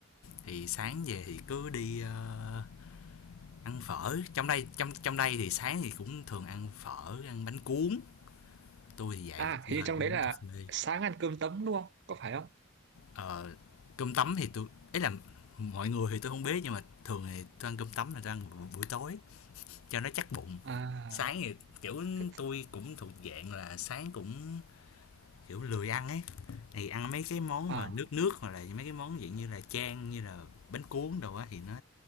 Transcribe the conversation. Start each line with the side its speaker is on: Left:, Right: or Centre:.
Left: Thì sáng về thì cứ đi ờ, ăn phở. Trong đây trong trong đây thì sáng thì cũng thường ăn phở, ăn bánh cuốn. Tôi thì vậy,
Right: À,
Left: do
Right: hình như
Left: là
Right: trong
Left: uống
Right: đấy là
Left: cà phê.
Right: sáng ăn cơm tấm đúng không? Có phải không?
Left: ờ, cơm tấm thì tôi ấy là mọi người thì tôi không biết nhưng mà thường thì tôi ăn cơm tấm là tôi ăn buổi tối cho nó chắc bụng
Right: À,
Left: sáng thì kiểu
Right: thích-
Left: tôi cũng thuộc dạng là sáng cũng kiểu lười ăn ấy thì ăn mấy cái món
Right: à.
Left: mà nước nước hoặc là mấy cái món dạng như là chan như là bánh cuốn đồ á thì nó